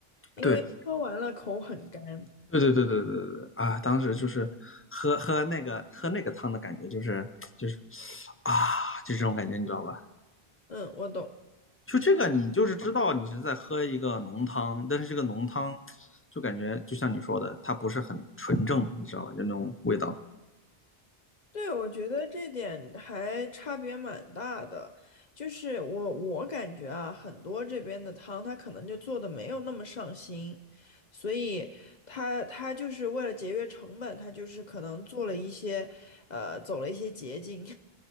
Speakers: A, on the left; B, on the left.
A: 因为喝完了口很干。
B: 对，对对对对对对对啊！当时就是喝喝那个喝那个汤的感觉，就是就是啊，就这种感觉，你知道吧？
A: 嗯，我懂。
B: 就这个，你就是知道你是在喝一个浓汤，但是这个浓汤就感觉就像你说的，它不是很纯正，你知道吧？就那种味道。
A: 对，我觉得这点还差别蛮大的，就是我我感觉啊，很多这边的汤他可能就做的没有那么上心，所以他他就是为了节约成本，他就是可能做了一些，呃，走了一些捷径，